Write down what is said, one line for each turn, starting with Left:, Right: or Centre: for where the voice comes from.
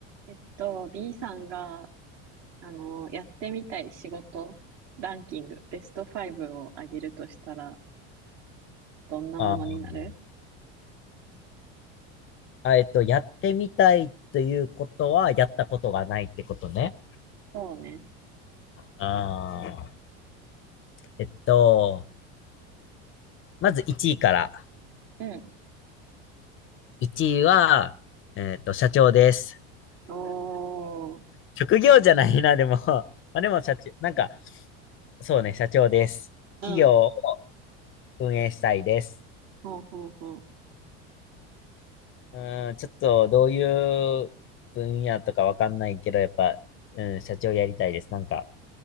Right: えっと、B さんが、あの、やってみたい仕事ランキング、ベスト5を上げるとしたら、どんなものになる
Left: あーあ、えっと、やってみたいということは、やったことがないってことね。
Right: そうね。
Left: ああ、えっと、まず1位から。
Right: うん。
Left: 1位は、えっと、社長です。
Right: おー。
Left: 職業じゃないな、でも。<laughs> まあ、でも、社長、なんか、そうね、社長です。企業を
Right: うん。
Left: 運営したいです。
Right: ほうほうほ
Left: うーん、ちょっと、どういう分野とかわかんないけど、やっぱ、うん、社長やりたいです。なんか、